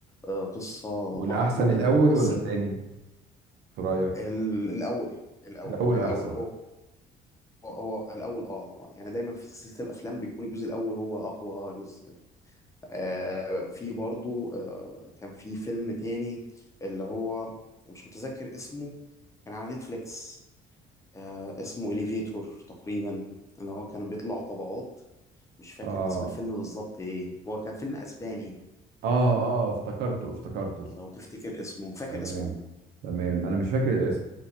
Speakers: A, on the left; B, on the right.
A: آه، قصة
B: والاحسن
A: مقبولة
B: الاول
A: بس
B: ولا التاني في رايك
A: ال- الاول الاول
B: الاول
A: الاول
B: احسن
A: هو هو الاول اه طبعا يعني دايما في سلسلة الافلام بيكون الجزء الاول هو اقوى جزء آه، في برضو آه، كان في فيلم تاني اللي هو مش متذكر اسمه كان على نتفليكس آه اسمه إليفيتور تقريبا اللي هو كانوا بيطلعوا طبقات مش فاكر
B: اه
A: اسم الفيلم بالظبط ايه هو كان فيلم اسباني
B: اه اه افتكرته افتكرته
A: لو تفتكر اسمه فاكر
B: تمام
A: اسمه
B: تمام انا مش فاكر الاسم